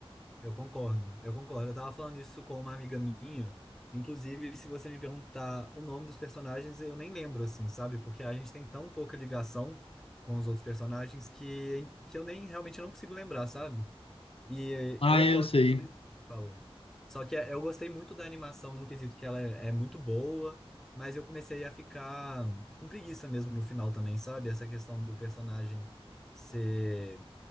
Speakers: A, in the centre; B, on the left (about 65°).
A: Eu concordo, eu concordo. Eu tava falando isso com uma amiga minha. Inclusive, se você me perguntar o nome dos personagens, eu nem lembro, assim, sabe? Porque a gente tem tão pouca ligação com os outros personagens que, que eu nem realmente não consigo lembrar, sabe? E
B: Ah,
A: eu concordo
B: eu sei.
A: com tudo isso que você falou. Só que é, eu gostei muito da animação no quesito que ela é, é muito boa, mas eu comecei a ficar com preguiça mesmo no final também, sabe? Essa questão do personagem ser